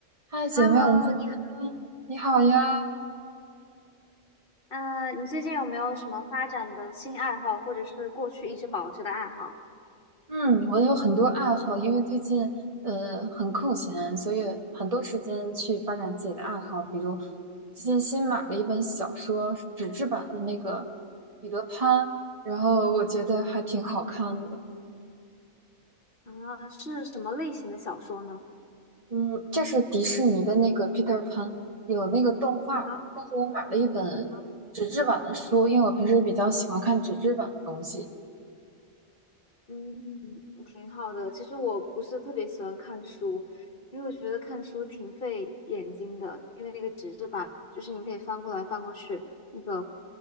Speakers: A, on the right; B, on the left.
A: 嗨，姐妹，
B: Hello，
A: 我们今天你好呀。
B: 你好，嗯，你最近有没有什么发展的新爱好，或者是过去一直保持的爱好？
A: 嗯，我有很多爱好，因为最近呃很空闲，所以很多时间去发展自己的爱好。比如最近新买了一本小说，是纸质版的那个《彼得潘》，然后我觉得还挺好看的。
B: 啊，是什么类型的小说呢？
A: 嗯，这是迪士尼的那个《Peter 潘》，有那个动画，
B: 啊
A: 但是我买了一本纸质版的书，
B: 啊
A: 因为我平时比较喜欢看纸质版的东西。
B: 嗯，挺好的。其实我不是特别喜欢看书，因为我觉得看书挺费眼睛的，因为那个纸质版，就是你可以翻过来翻过去，那个